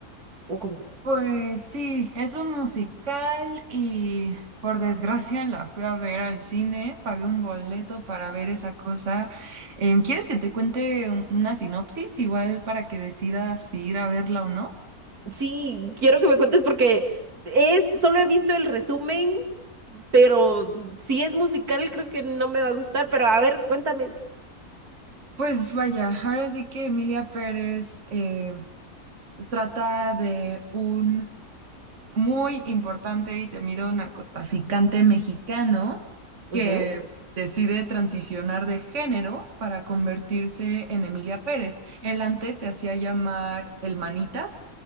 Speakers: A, on the right; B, on the right.
A: ¿O cómo?
B: Pues sí, es un musical y por desgracia la fui a ver al cine, pagué un boleto para ver esa cosa. Em, ¿quieres que te cuente un- una sinopsis igual para que decidas si ir a verla o no?
A: Sí, quiero que me cuentes porque es, solo he visto el resumen, pero si es musical creo que no me va a gustar. Pero a ver, cuéntame.
B: Pues vaya, ahora sí que Emilia Pérez eh, trata de un muy importante y temido narcotraficante mexicano
A: Ujú,
B: que decide transicionar de género para convertirse en Emilia Pérez. Él antes se hacía llamar El Manitas